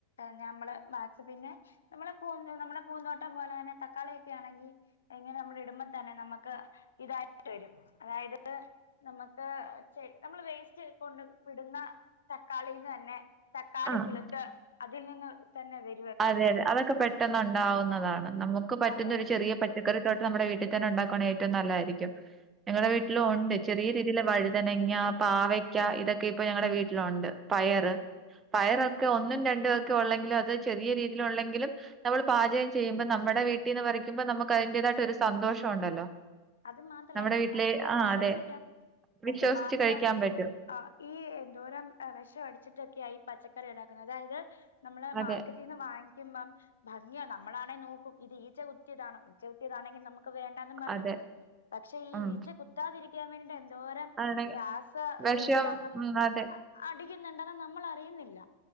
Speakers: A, on the left; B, on the right.
A: നമ്മള് <unintelligible> നമ്മളെ പൂ നമ്മടെ പൂന്തോട്ടം പോലെ തന്നെ തക്കാളിയൊക്കെ ആണെങ്കി. എങ്ങനെ നമ്മളിടുമ്പ തന്നെ നമ്മക്ക് ഇതായിട്ട് വരും. അതായത് നമ്മക്ക് നമ്മള് വേസ്റ്റ് കൊണ്ട് ഇടുന്ന തക്കാളിന്ന് തന്നെ തക്കാളി
B: ആഹ്
A: കിളിത്ത് അതിൽ നിന്ന് തന്നെ വെ
B: അതെ അതെ അതൊക്കെ പെട്ടെന്നുണ്ടാവുന്നതാണ്. നമുക്ക് പറ്റുന്ന
A: അതെ അതെ
B: ഒരു ചെറിയ പച്ചക്കറി തോട്ടം നമ്മുടെ വീട്ടി തന്നെ ഉണ്ടാക്കുണെങ്കി ഏറ്റവും നല്ലായിരിക്കും. ഞങ്ങടെ വീട്ടിലും
A: അതെ
B: ഉണ്ട്. ചെറിയ രീതിയില് വഴുതനങ്ങ, പാവയ്ക്ക ഇതൊക്കെ ഇപ്പൊ ഞങ്ങളടെ വീട്ടിലുണ്ട്. പയറ്
A: ഉം
B: പയറൊക്കെ ഒന്നും രണ്ടും ഒക്കെ ഒള്ളെങ്കിലും അത് ചെറിയ രീതിൽ ഉള്ളെങ്കിലും നമ്മള് പാചകം ചെയ്യുമ്പോ നമ്മടെ വീട്ടീന്ന് പറിക്കുമ്പോ നമുക്ക് അതിന്റേതായിട്ട് ഒരു സന്തോഷം ഉണ്ടല്ലോ.
A: അത് മാത്രാ
B: നമ്മുടെ
A: നമ്മൾക്ക്
B: വീട്ടിലെ ആഹ്
A: വിശ്വസിക്കാം
B: അതെ. വിശ്വസിച്ച്
A: എന്തുമാത്രം
B: കഴിക്കാൻ പറ്റും.
A: ആഹ്. ഈ എന്തോരം വെഷടിച്ചിട്ടൊക്കെയ ഈ പച്ചക്കറി ഉണ്ടാക്കുന്നത്. അതായത് നമ്മള്
B: അതെ
A: മാർക്കറ്റ് ന്ന് വാങ്ങിക്കുമ്പം ഭംഗിയ. നമ്മളാണെ നോക്കും. ഇത് ഈച്ച കുത്തിയതാണോ? ഈച്ച കുത്തിയതാണെങ്കി നമുക്ക് വേ ന്നും പറഞ്ഞ്
B: അതെ
A: വെക്കും. പക്ഷെ
B: ഉം
A: ഈച്ച കുത്താതിരിക്കാൻ വേണ്ടിട്ടെ എന്തോരം
B: ആണെങ്കി
A: രാസ ക്കെ
B: വിഷം
A: ഇതാ നമ്മള്
B: ഉം അതെ
A: അടിക്കുന്നുണ്ടെന്ന് നമ്മൾ അറിയുന്നില്ല.